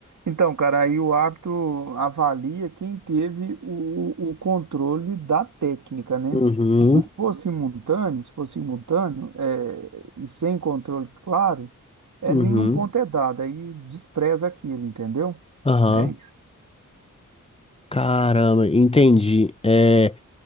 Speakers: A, on the right; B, on the left.
A: Então, cara, aí o árbitro avalia quem teve o, o o controle da técnica, né?
B: Uhum,
A: Se fosse simultâneo, se fosse simultâneo, é, e sem controle claro, é
B: uhum,
A: nenhum ponto é dado, aí despreza aquilo, entendeu?
B: aham.
A: É isso.
B: Caramba, entendi. É,